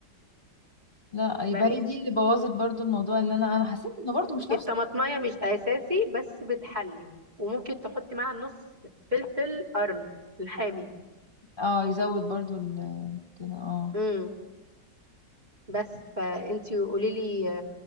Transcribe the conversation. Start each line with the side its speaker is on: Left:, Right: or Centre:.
Left: لا يبقى
Right: بس
Left: هي دي اللي بوظت برضو الموضوع ان انا انا حسيت انه برضو مش نفس
Right: الطماطمايه مش اساسي بس بتحلي وممكن تحطي معاها نص فلفل قرن الحامي
Left: اه يزود برضو ال- كده اه
Right: امم بس فانتي قولي لي